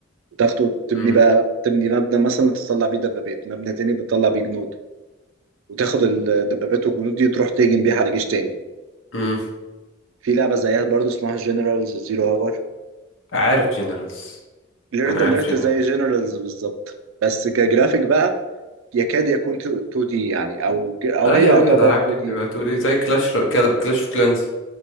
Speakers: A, on the right (about 80°); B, on the left (about 80°).
A: وتاخده تبني
B: مم.
A: بقى تبني مبنى مثلا تطلع بيه دبابات مبنى تاني بتطلع بيه جنود وتاخد الدبابات والجنود دي تروح تهجم بيها على جيش تاني
B: مم.
A: في لعبة زيها برضو اسمها جنرالز زيرو هاور
B: عارف جنرالز
A: ريد
B: انا
A: اليرت
B: عارف جنرال
A: زي جنرالز بالظبط بس كجرافيك بقى يكاد يكون 2 دي يعني او او
B: اي
A: هي يعتبر
B: اي الالعاب
A: 2
B: دي
A: دي
B: بتبقى تقولي زي كلاش رو... كلاش اوف كلانز